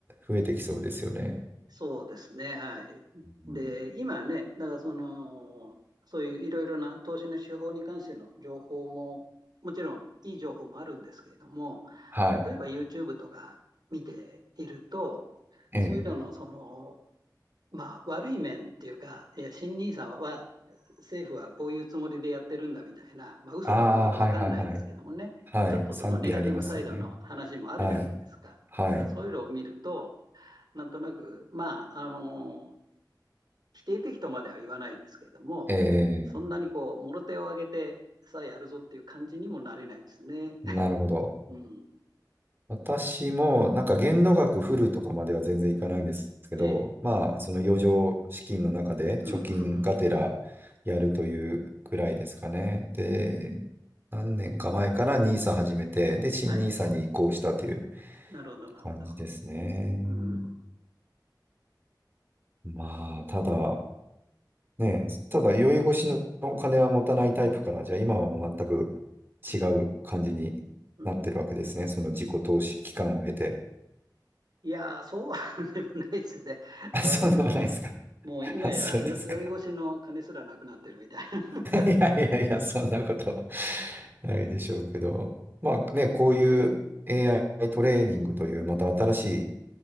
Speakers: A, on the right; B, on the right.
A: 増えてきそうですよね。
B: そうですね。はい。
A: うん
B: で、今ね、だからその、そういういろいろな投資の手法に関しての情報も、もちろんいい情報もあるんですけれども、
A: はい。
B: 例えば YouTube とか見ていると、
A: ええ。
B: そういうののそのまあ、悪い面っていうか、いや、新 n i は、政府はこういうつもりでやってるんだみたいな、まあ、嘘か本当か分かんないですけどもね、
A: ああ、はいはいはい。はい。
B: ちょっとそのネガティブサイドの話もあるじゃないですか。
A: 賛否ありますよね。はい。はい。
B: だからそういうのを見ると、なんとなく、まあ、あのー否定的とまでは言わないですけれども、
A: ええ、
B: そんなにこう、もろ手を挙げてさあやるぞっていう感じにもなれないですね。
A: なるほど。
B: <laughs> うん。
A: 私も、なんか限度額フルとかまでは全然いかないんですけど、
B: ええ。
A: まあ、その余剰資金の中で貯金がてらやるというくらいですかね。
B: うんうんうんうん。
A: で、何年か前からニーサ始めて、で、新ニーサに移行したという
B: はい。なるほど、なるほど。
A: 感じですね。
B: うん。
A: まあ、ただ、ね、ただ、宵越しのお金は持たないタイプから、じゃあ今はもう全く違う感じになってるわけですね。
B: う
A: その自己投資期間を経て。
B: いやー、そうは <laughs> でもないですね。
A: <laughs> あ、
B: あの、
A: そうでもないですか。
B: もう、もう今やよ、
A: <laughs> あ、そうですか。
B: 酔い越しの金すらなくなってるみたいな。
A: <laughs> いやいやいや、そんなこと <laughs> ないでしょうけど。まあね、こういう AI トレーニングというまた新しい